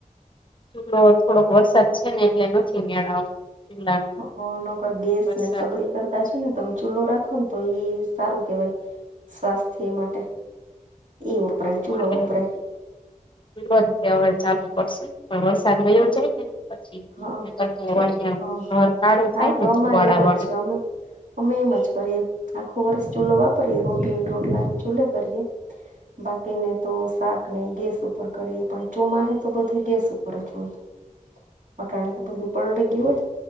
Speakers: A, on the left (about 35°); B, on the right (about 65°).
A: ચૂલો થોડોક વરસાદ છે ને, એટલે નથી મેળ આવતો. ચૂલા ને
B: હા, અ નકર ગેસ
A: વરસાદ
B: ને, સગડી કરતા. છે ને, તમે ચૂલો રાખો ને, તો એ સારું કેહેવાય સ્વાસ્થ્ય માટે. એ વપરાય
A: પણ અમારે
B: ચૂલો વપરાય
A: હવે <unintelligible> ગયો જાય
B: હા
A: ને પછી
B: હા
A: કર
B: ઠીક
A: અહ
B: હા
A: ઘર કાળું
B: હા
A: થાય
B: તો
A: ને
B: અમારે
A: ધૂવાળા વાળું
B: <unintelligible> અમે એમ જ કરીએ આખો વર્ષ ચૂલો વાપરીએ રોટલીને રોટલાને ચૂલે કરીએ. બાકી <unintelligible> કીને તો શાક ને ગેસ ઉપર કરીએ પણ ચોમાહે તો બધુય ગેસ ઉપર જ હોય. અટાણે તો બધું પલડી ગયુ હોય